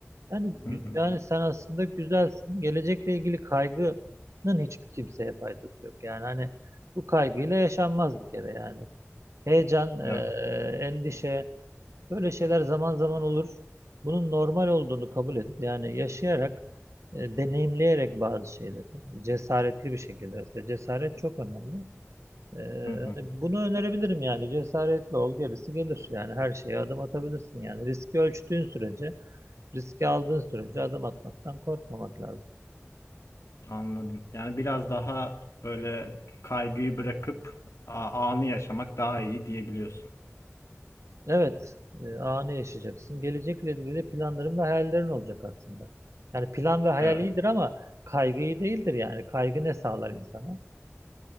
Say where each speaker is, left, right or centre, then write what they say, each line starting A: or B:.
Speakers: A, on the right (about 75°); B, on the left (about 80°).
A: Yani, gü-
B: hı hı.
A: yani sen aslında güzelsin. Gelecekle ilgili kaygının hiçbir kimseye faydası yok. Yani hani bu kaygıyla yaşanmaz bir kere yani. Heyecan, eee,
B: Evet.
A: endişe, böyle şeyler zaman zaman olur. Bunun normal olduğunu kabul edip yani yaşayarak, e, deneyimleyerek bazı şeyleri cesaretli bir şekilde mesela cesaret çok önemli. Eee,
B: Hı hı.
A: hani bunu önerebilirim yani cesaretli ol gerisi gelir. Yani her şeye adım atabilirsin yani riski ölçtüğün sürece, riski aldığın sürece adım atmaktan korkmamak lazım.
B: Anladım. Yani biraz daha böyle kaygıyı bırakıp a- anı yaşamak daha iyi diyebiliyorsun.
A: Evet, e, anı yaşayacaksın. Gelecekle ilgili planların ve hayallerin olacak aslında. Yani plan ve hayal
B: Evet.
A: Evet. iyidir ama kaygı iyi değildir yani. Kaygı ne sağlar insana?